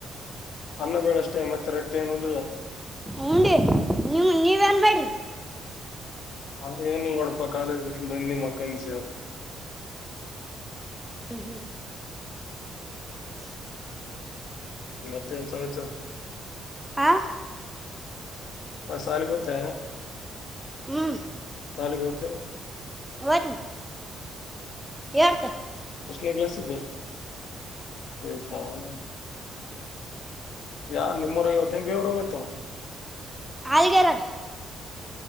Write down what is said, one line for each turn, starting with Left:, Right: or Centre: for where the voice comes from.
Left: ಅನ್ನ ಬೇಳಷ್ಟೇ ಮತ್ತ್ ರೊಟ್ಟಿ ಏನಿಲ್ಲ್ದು.
Centre: ಉಂಡ್ವಿ ನೀವ್ ನೀವೇನ್ ಮಾಡ್ರಿ?
Left: ಅದ ಏನಿಲ್ ನೋಡಪ ಕಾಲಸ ಬನ್ನಿ ಮಕ್ಕನ್ಸಿಯವ್
Centre: ಹುಂ <inaudible>
Left: ಮತ್ತೆನ್ ಸಮಚಾರ್?
Centre: ಆ
Left: ಹ ಸಾಲಿಗೋತ್ತ?
Centre: ಹ್ಮ
Left: ಸಾಲಿಗೆ ಹೊತ್ತಿ.
Centre: ಹೊತ್ತಿ ಏಡ್ತು.
Left: ಫೆಕ್ಲಾಸ್ ಇದೆ. ಹೋಯ್ತಾವನು? ಯಾರ ನಿಮ್ಮುರೋಗ ಹೊತ ಬೇವರೋಗತ್ತ.
Centre: ಹಲಗೇರೇಗ.